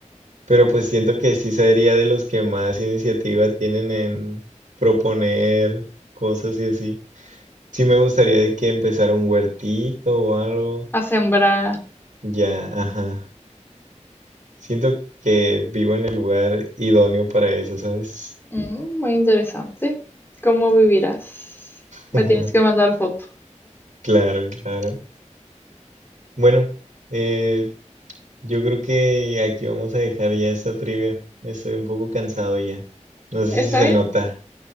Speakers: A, on the right (about 75°); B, on the left (about 15°).
A: pero pues siento que sí sería de los que más iniciativa tienen en proponer cosas y así. Sí me gustaría de que empezara un huertito o algo.
B: A sembrar.
A: Ya, ajá. Siento que vivo en el lugar idóneo para eso, ¿sabes?
B: Ujú, muy interesante. ¿Cómo vivirás?
A: <laughs>
B: Me tienes que mandar foto.
A: Claro, claro. Bueno, eh, yo creo que aquí vamos a dejar ya esta trivia. Estoy un poco cansado ya. No sé
B: ¿Está
A: si se
B: bien?
A: nota.